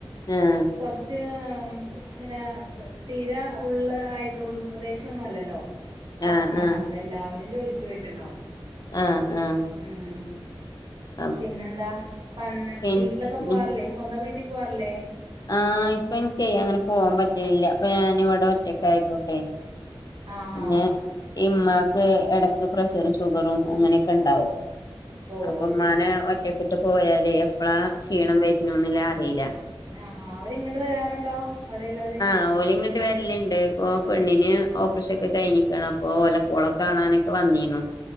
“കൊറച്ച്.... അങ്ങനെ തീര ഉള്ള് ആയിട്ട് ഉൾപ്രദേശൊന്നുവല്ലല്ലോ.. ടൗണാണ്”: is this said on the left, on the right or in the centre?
Right